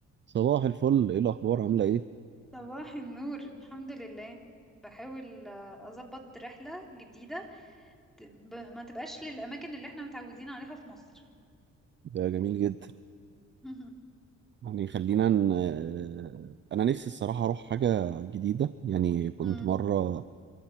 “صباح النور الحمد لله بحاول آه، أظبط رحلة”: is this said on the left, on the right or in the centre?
Centre